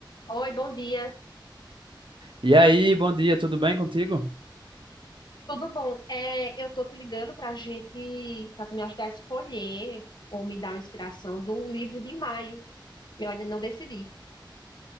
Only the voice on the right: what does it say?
E aí, bom dia, tudo bem contigo?